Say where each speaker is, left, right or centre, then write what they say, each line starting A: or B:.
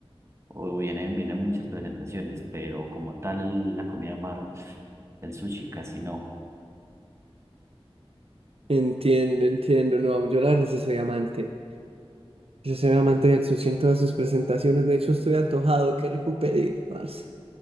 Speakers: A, on the right; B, on the right.
A: o vienen, vienen muchas presentaciones, pero como tal el- la comida de mar, el sushi casi no,
B: Entiendo, entiendo. No, yo la verdad sí soy amante. Yo soy amante del sushi en todas sus presentaciones. De hecho, estoy antojado que recupere ir, parce.